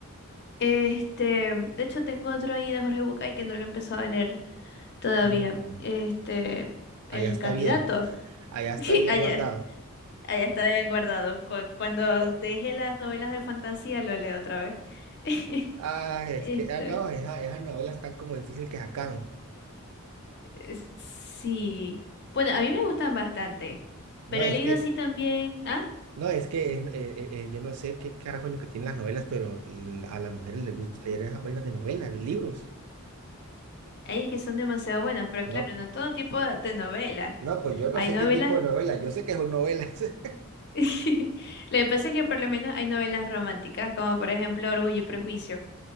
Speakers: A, on the left; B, on the right.
A: Este, de hecho tengo otro ahí de Jorge Bucay que no lo he empezado a leer todavía.
B: Mm.
A: Este, el
B: Allá está
A: candidato.
B: bien, allá está
A: <laughs>
B: bien
A: Allá.
B: guardado.
A: Allá está bien guardado. Cu- Cuando deje las novelas de fantasía, lo leo otra vez. <laughs>
B: Ah, es
A: Este,
B: que, ah, no, esa- esas novelas están como difícil que se acaben.
A: eh, sí. Bueno, a mí me gustan bastante,
B: No,
A: pero
B: es
A: he leído
B: que,
A: así también. Ah,
B: no, es que es- eh, eh, eh, yo no sé qué carajo es lo que tienen las novelas, pero l- a las mujeres les gusta leer esas vainas de novelas, libros.
A: hay es que son demasiado buenas, pero
B: No,
A: claro, no todo tipo de novelas.
B: no, pues yo no
A: Hay
B: sé
A: novelas.
B: qué tipo de novelas, yo sé que son novelas. <laughs>
A: <laughs> Lo que pasa es que por lo menos hay novelas románticas, como por ejemplo Orgullo y Prejuicio,